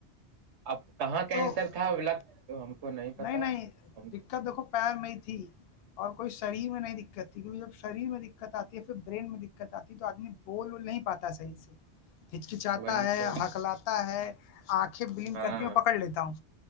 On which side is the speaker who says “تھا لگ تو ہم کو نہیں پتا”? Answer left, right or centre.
Right